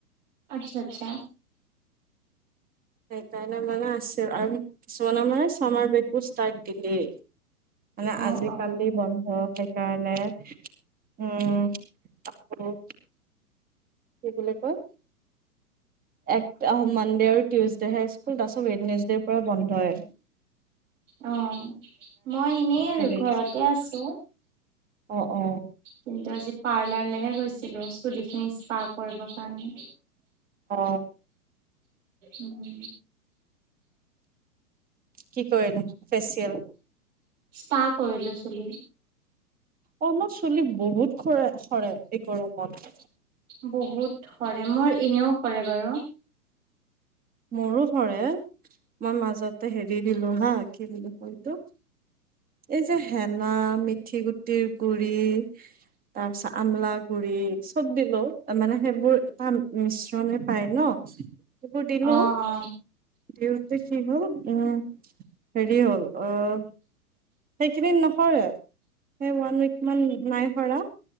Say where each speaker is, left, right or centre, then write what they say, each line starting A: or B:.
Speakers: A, on the right; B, on the right.
A: আচ্ছা আচ্ছা।
B: সেইকাৰণে মানে আছে আৰু কিছুমানমানে মানে চমাৰ বেকো ষ্টাৰ্ দিলেই। মানে
A: অ
B: আজিকালি
A: অ
B: বন্ধ সেইকাৰণে। উম। কি বুলি কয়। এক আহ মানডে আৰু টিউজডে হে স্কুল তাৰপছত ৱেডনেজডেৰ পৰা বন্ধ হয়।
A: অ মই এনেই আৰু
B: হেৰি
A: ঘৰতে আছো।
B: অ অ।
A: কিন্তু আজি পাৰ্লাৰলেহে গৈছিলো চুলি খিনি স্পা কৰিবৰ কাৰণে।
B: অ
A: উম।
B: কি কৰিলা ফেচিয়েল
A: স্পা কৰিলৈছিলো।
B: অ ন চুলি বহুত খৰে সৰে এই গৰমত।
A: বহুত সৰে মোৰ এনেও সৰে বাৰু।
B: মোৰো সৰে মই মাজতে হেৰি দিলো হা কি বুলিটো। এই যে হেনা মিঠি গুটিৰ গুৰি। তাৰ পিছত আমলা গুৰি চব দিলো। মানে সেইবোৰ এটা মিশ্ৰণে পায় ন। সেইবোৰ দিলো
A: অ অ
B: দিওঁতে সেইবোৰ উম। হেৰি হ'ল আহ। সেইখিনি নহৰে সেই ওৱান উইক মান নাই সৰা।